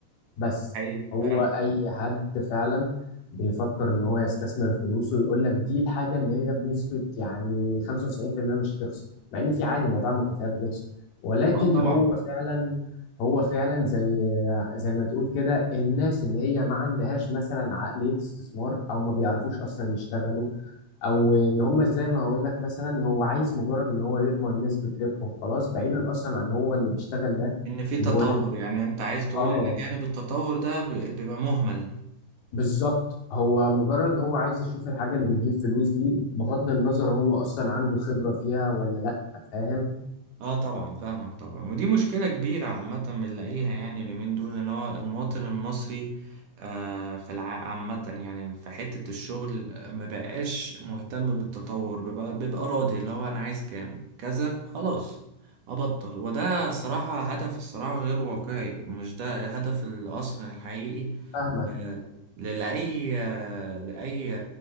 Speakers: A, on the left; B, on the right.
A: بس
B: حقيقي
A: هو
B: فعلا
A: اي حد فعلا بيفكر ان هو يستثمر فلوسه يقول لك دي الحاجه اللي هي بنسبه يعني 95% مش هتخسر مع ان في عادي مواضيع مكافآت بتخسر ولكن
B: اه طبعا
A: هو فعلا هو فعلا زي زي ما تقول كده الناس اللي هي ما عندهاش مثلا عقليه استثمار او ما بيعرفوش اصلا يشتغلوا او ان هم زي ما هقول لك مثلا هو عايز مجرد ان هو يضمن نسبه ربحه وخلاص بعيدا اصلا عن هو اللي بيشتغل ده
B: ان في تطور
A: اللي هو الحد...
B: يعني انت عايز تقول
A: اه
B: ان جانب التطور ده ب- بيبقى مهمل
A: بالظبط هو مجرد هو عايز يشوف الحاجة اللي بتجيب فلوس دي بغض النظر هو أصلا عنده خبرة فيها ولا لأ فاهم
B: اه طبعا فاهمك طبعا ودي مشكلة كبيرة عامة بنلاقيها يعني اليومين دول ان هو المواطن المصري آه في الع... عامة يعني في حتة الشغل ما بقاش مهتم بالتطور بيبقى, بيبقى راضي اللي هو انا عايز كام كذا خلاص ابطل وده صراحة هدف الصراحة غير واقعي مش ده هدف الاصل الحقيقي
A: فاهمك
B: آه، لأي آه، لأي